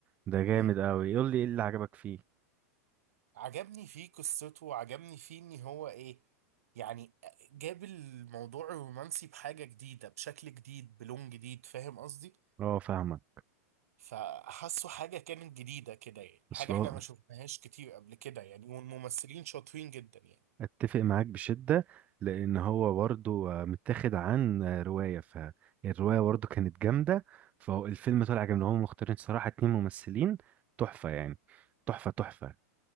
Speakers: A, on the right; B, on the right.
A: ده جامد
B: امم
A: قوي قول لي ايه اللي عجبك فيه
B: عجبني فيه قصته وعجبني فيه ان هو ايه يعني جاب الموضوع الرومانسي بحاجه جديده بشكل جديد بلون جديد فاهم قصدي
A: اه فاهمك
B: فحسوا حاجة كانت جديدة كده يعني حاجة
A: اصل
B: احنا
A: هو
B: ما شفناهاش كتير قبل كده يعني والممثلين شاطرين جدا يعني
A: اتفق معاك بشدة لان هو برضو آه، متاخد عن آه، رواية فالرواية برضو كانت جامدة فالفيلم طلع جامد هم مختارين صراحة اتنين ممثلين تحفة يعني تحفة تحفة